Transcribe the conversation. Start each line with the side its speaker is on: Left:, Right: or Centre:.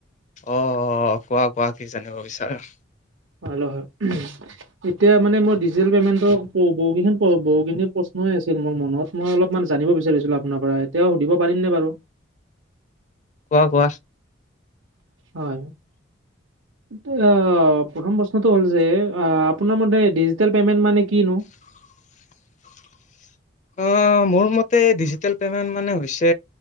Left: অ' কোৱা-কোৱা কি জানিব বিচাৰো।
Right: হয়-হয় এতিয়া মানে মই ডিজিল পেমেন্টৰ বেহু কেই খন বহু কেনি প্ৰশ্ন আ মোৰ মনত মই অলপমান জানিব বিচাৰিছিলো আপোনাৰ পৰা এতিয়া সুধিব পাৰিম নে বাৰু।
Left: কোৱা-কোৱা।
Right: হয়। প্ৰথম প্ৰশ্নটো হ'ল যে আপোনাৰ ম ডিজিটেল পেমেন্ট মানে কিনো?
Left: <unintelligible> অ মোৰ মতে ডিজিটেল পেমেণ্ট মানে হৈছে